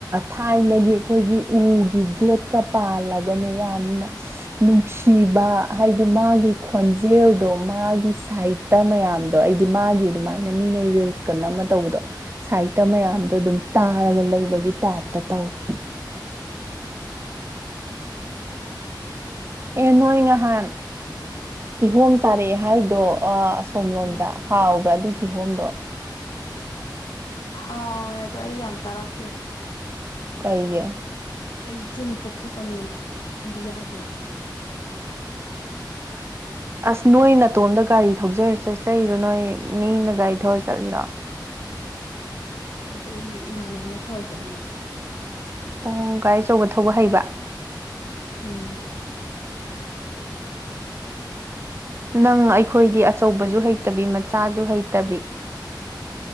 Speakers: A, on the right; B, on the left.
A: ꯊꯥꯏꯅꯒꯤ ꯑꯩꯈꯣꯏꯒꯤ ꯎꯒꯤ ꯒꯦꯠꯀ ꯄꯥꯜꯂꯒꯅꯦ ꯌꯥꯝꯅ ꯅꯨꯡꯁꯤꯕ ꯍꯥꯏꯗꯤ ꯃꯥꯒꯤ ꯈꯣꯟꯖꯦꯜꯗꯣ ꯃꯥꯒꯤ ꯁꯥꯏ ꯏꯠꯇ ꯃꯌꯥꯝꯗꯣ ꯑꯩꯗꯤ ꯃꯥꯒꯤ ꯑꯗꯨꯃꯥꯏꯅ ꯃꯤꯅ ꯔꯤꯜꯁ ꯀ ꯅꯝꯃ ꯇꯧꯕꯗꯣ ꯁꯥꯏꯠꯇ ꯃꯌꯥꯝ ꯑꯗꯨꯝ ꯇꯥꯔꯒ ꯂꯩꯕꯒꯤ ꯇꯥꯏꯞꯇ ꯇꯧꯋꯦ ꯑꯦ ꯅꯣꯏ ꯉꯍꯥꯟ ꯀꯤꯍꯣꯝ ꯆꯥꯔꯛꯑꯦ ꯍꯥꯏꯗꯣ ꯑ ꯁꯣꯝꯂꯣꯝꯗ
B: ꯎꯝ
A: ꯍꯥꯎꯕ꯭ꯔꯥ ꯑꯗꯨ ꯀꯤꯍꯣꯝꯗꯣ
B: ꯍꯥꯎꯋꯦ ꯑꯗꯣ ꯑꯩ ꯌꯥꯝ ꯆꯥꯔꯛꯇꯦꯗ
A: ꯀꯩꯒꯤ
B: ꯑꯩꯆꯤꯟ ꯄꯣꯛꯊꯣꯛꯀꯅꯤꯅ ꯑꯩꯗꯤ ꯌꯥꯗꯦꯕ
A: <inaudible> ꯑꯁ ꯅꯣꯏ ꯅꯥꯇꯣꯝꯗ ꯒꯥꯔꯤ ꯊꯧꯖꯔ ꯆꯠꯆꯩꯔꯣ ꯅꯣꯏ ꯃꯤꯅ ꯒꯥꯔꯤ ꯊꯧꯔ ꯆꯠꯂꯤꯔꯣ
B: ꯑꯩꯈꯣꯏ ꯏꯃꯥꯟꯅꯕꯤꯅ ꯊꯧꯔ ꯆꯠꯂꯤꯅꯦ
A: ꯑꯣ ꯒꯥꯔꯤ ꯑꯆꯧꯕ ꯊꯧꯕ ꯍꯩꯕ
B: ꯎꯝ
A: ꯅꯪ ꯑꯩꯈꯣꯏꯗꯤ ꯑꯆꯧꯕꯖꯖ ꯍꯩꯇꯕꯤ ꯃꯆꯥꯖꯨ ꯍꯩꯇꯕꯤ